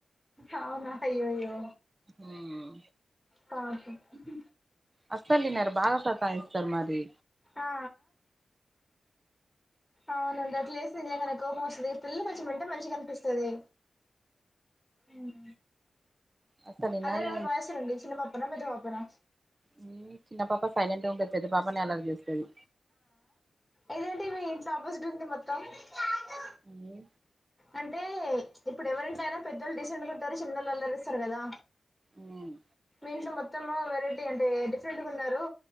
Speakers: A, in the centre; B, on the right.
A: ఆహ్ ఔనా అయ్యో అయ్యో
B: ఉమ్
A: పాపమ్ ఉహ్
B: అస్సల్ దిన్నరు బాగా సతాయిస్తారు మరి
A: ఆ ఔనండి అట్లేసే నిజంగనే కోపమోస్సది పిల్ల కోచ్చమంటే మంచిగానిపిస్తది ఉమ్
B: అసలు వినాలి
A: అల్లరెవరు బా జెస్తరండి చిన్న పాపన పెద్దపాపనా
B: ఉమ్ చిన్న పాప సైలెంట్ గుంటది పెద్దపాపనే అలర్ జేస్తది
A: ఇదెంటీ మీ ఇంట్లో ఆపోజిట్ ఉంది మొత్తం మమ్మి క్యాదో
B: ఏందీ
A: అంటే ఇప్పుడు ఎవరింట్లైనా పెద్దోళ్ళు డిసెంటు గుంటరు చిన్నోళ్ళు అల్లర్ జేస్తర్ గదా
B: ఉమ్
A: ఇంట్లో మొత్తము వెరైటీ అంటే డిఫ్ రెంట్ గున్నరు